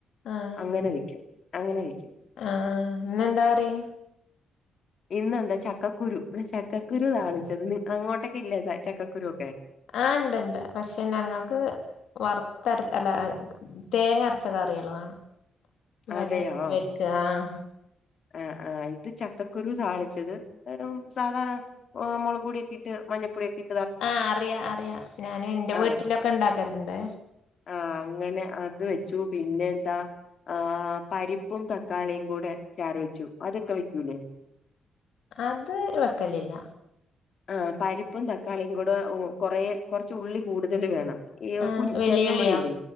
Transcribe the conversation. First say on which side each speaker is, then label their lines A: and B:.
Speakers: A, on the left; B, on the left.
A: ആഹ്
B: അങ്ങനെ വെക്കും അങ്ങനെ വെക്കും
A: ആഹ് ഇന്നെന്താ കറി
B: ഇന്നെന്താ ചക്കക്കുരു ചക്കക്കുരു താളിച്ചത് അങ്ങോട്ടൊക്കെ ഇല്ലത ചക്കക്കുരു ഒക്കെ
A: ആഹ് ഇണ്ട്ണ്ട് പക്ഷെ ഞങ്ങൾക്ക് വർത്തര അല്ല തേങ്ങരച്ച കറികളു വേണം വടെ
B: അതെയോ
A: ഇവർക്ക് ആഹ്
B: ആഹ് ആഹ് ഇത് ചക്കക്കുരു താളിച്ചത് വെറും സാധാ എഹ് മുളകൊടിക്കെ ഇട്ട് മഞ്ഞപ്പൊടി ഒക്കെ ഇ
A: ആഹ് അറിയ അറിയാം ഞാന് ഇന്റെ
B: ആഹ്
A: വീട്ടിലൊക്കെ ഇണ്ടാക്കലുണ്ട്
B: ആഹ് അങ്ങനെ അത് വെച്ചു പിന്നെ എന്താ ആഹ് പരിപ്പും തക്കാളിം കൂടെ ചാറ് വെച്ചു അതൊക്കെ വെക്കൂല്ലേ
A: അത് വെക്കലില്ല
B: ആഹ് പരിപ്പും തക്കാളിം കൂടെ കൊറെ കൊറച്ച് ഉള്ളി കൂടുതല് വേണം ഈ
A: ആഹ്
B: കു
A: വലിയുള്ളിയോ
B: ചെറിയ ഉള്ളില്ലേ